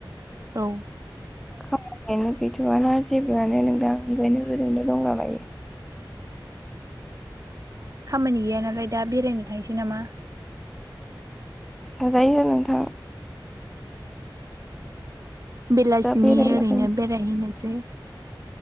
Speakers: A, on the right; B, in the centre.
A: औ
B: खामानियानो गैथ'आना जेबोआनो नोंदां ओंखायनो ओरैनो दंलाबायो।
A: खामानि गैया नालाय दा बेरायनो थांसै नामा?
B: थांजायो नोंथां।
A: बेलासिनि
B: दा बेरायलाबायनो
A: ओरैनो बेरायहैनो दे।